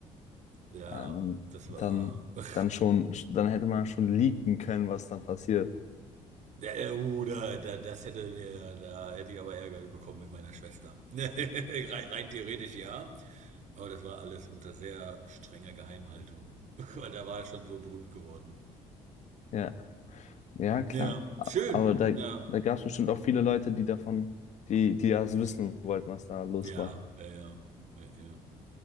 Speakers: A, on the right; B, on the left.
A: Ja,
B: Ah, dann,
A: das
B: dann,
A: war. <laughs>
B: dann schon, dann hätte man schon leaken können, was dann passiert.
A: Ja, äh, uh, da, da, das hätte mir, da hätte ich aber Ärger bekommen mit meiner Schwester. <laughs> rein, rein theoretisch ja. Aber das war alles unter sehr strenger Geheimhaltung. <laughs> Aber da war er schon so berühmt geworden.
B: Ja, ja, klar.
A: Ja,
B: A-
A: schön.
B: Aber da,
A: Ja,
B: da gab es bestimmt auch viele Leute, die davon, die, die das wissen wollten, was da los
A: ja,
B: war.
A: ja, ja. ja, ja.